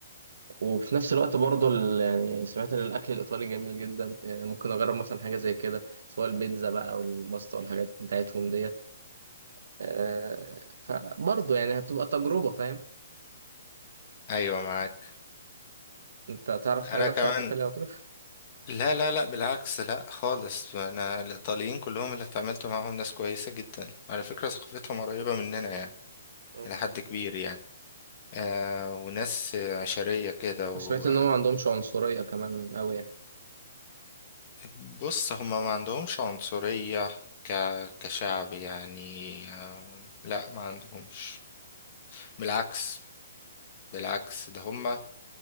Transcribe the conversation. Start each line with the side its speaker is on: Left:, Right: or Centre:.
Right: وفي نفس الوقت برضه ال- يعني سمعت ان الاكل الايطالي جميل جدا يعني ممكن اجرب مثلا حاجه زي كده سواء البيتزا بقى او الباستا والحاجات بتاعتهم ديت آه، فبرضه يعني هتبقى تجربه فاهم
Left: ايوه معاك
Right: انت تعرف حاجه
Left: انا
Right: وحشه
Left: كمان
Right: عن ايطاليا وكده
Left: لا لا لا بالعكس لا خالص انا الايطاليين كلهم اللي اتعاملت معاهم ناس كويسه جدا على فكره ثقافتهم قريبه مننا يعني
Right: مم.
Left: الى حد كبير يعني آه وناس عشريه كده و
Right: وسمعت ان هم ما عندهمش عنصريه كمان قوي يعني
Left: بص هما ما عندهمش عنصريه ك... كشعب يعني آه لا ما عندهمش بالعكس بالعكس ده هما